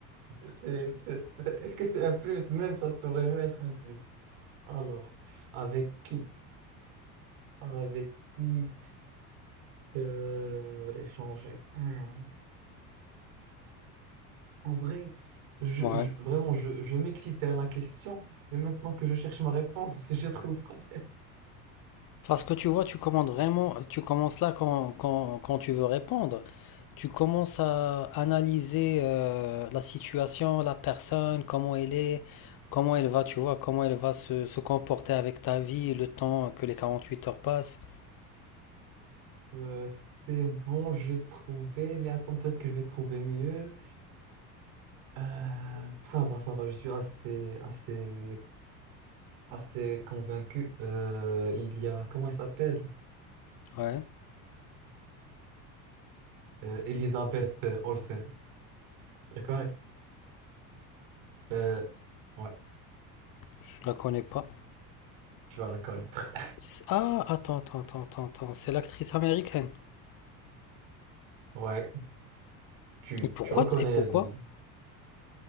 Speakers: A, on the right; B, on the left.
A: C'est, c'est- peut-être- est-ce que c'est un plus? Même ça pourrait même être un plus. Alors, avec qui? Avec qui euh, échanger? Hmm. En vrai, je,
B: Ouais.
A: je- vraiment, je, je m'excitais à la question, et maintenant que je cherche ma réponse, <laughs> je trouve pas de
B: Parce que tu vois, tu commandes vraiment, tu commences là quand, quand, quand tu veux répondre. Tu commences à analyser euh, la situation, la personne, comment elle est, comment elle va, tu vois, comment elle va se, se comporter avec ta vie, le temps que les 48 heures passent.
A: Euh, c'est bon, j'ai trouvé, mais attends, peut-être que je vais trouver mieux. Euh, ça va, ça va, je suis assez, assez, assez convaincu. Euh, il y a, comment elle s'appelle?
B: Ouais,
A: Euh, Elisabeth Olsen. Je la connais. Euh, ouais,
B: je la connais pas.
A: tu vas la connaître.
B: C'est- Ah, attends, attends, attends, attends, attends, c'est l'actrice américaine.
A: Ouais, tu,
B: Et pourquoi?
A: tu reconnais.
B: t- Et pourquoi?
A: le-